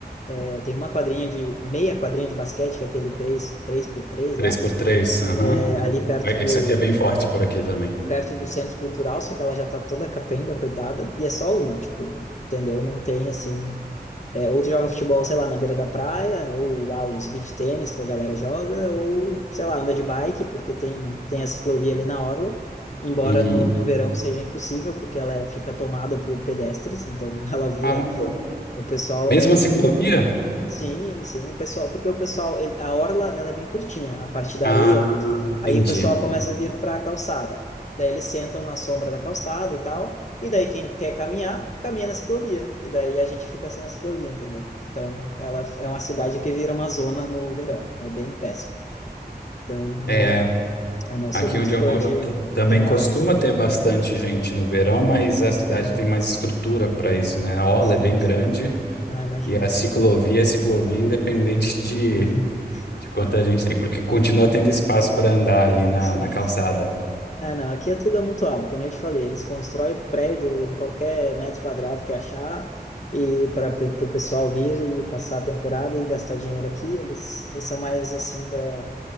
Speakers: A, on the left; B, on the left.
A: É, tem uma quadrinha de, meia quadrinha de basquete, que é aquele três três por três
B: três
A: lá
B: por três. aham.
A: é ali perto
B: Ah, Esse
A: do
B: aqui é bem forte por aqui também.
A: é perto do centro cultural, só que ela já tá toda capenga, coitada, e é só uma, tipo, entendeu? Não tem assim, é, ou tu joga futebol, sei lá, na beira da praia, ou lá os beach tênis que a galera joga, ou sei lá, anda de bike, porque tem tem a ciclovia ali na orla. Embora
B: Uhum.
A: no, no verão seja impossível, porque ela é, fica tomada por pedestres, então <laughs> ela vira.
B: Caramba.
A: O pessoal
B: Mesma
A: é,
B: ciclovia?
A: Sim, sim, o pessoal, porque o pessoal, ele- a orla, ela é bem curtinha, a parte da
B: Ah,
A: areia, aí
B: entendi.
A: o pessoal começa a vir para a calçada. Daí eles sentam na sombra da calçada e tal, e daí quem quer caminhar, caminha na ciclovia, e daí a gente fica sem a ciclovia, entendeu? Então, ela é uma cidade que vira uma zona no verão, é bem péssimo. Então, não,
B: É,
A: eu não
B: aqui
A: sou muito
B: onde eu
A: fã
B: moro
A: de,
B: t- também
A: de morar
B: costuma
A: aqui.
B: ter bastante gente no verão, mas a cidade
A: Uhum.
B: tem mais estrutura para isso, né? A orla
A: Sim,
B: é bem grande.
A: ah, imagino.
B: E a ciclovia é ciclovia independente de,
A: <laughs>
B: de quanta
A: É,
B: gente tem, porque continua tendo espaço para andar ali na,
A: sim.
B: na calçada.
A: É, não, aqui é tudo amontoado, que nem eu te falei, eles constroem prédio em qualquer metro quadrado que achar, e para o pessoal vir e passar a temporada e gastar dinheiro aqui, eles, eles são mais assim da,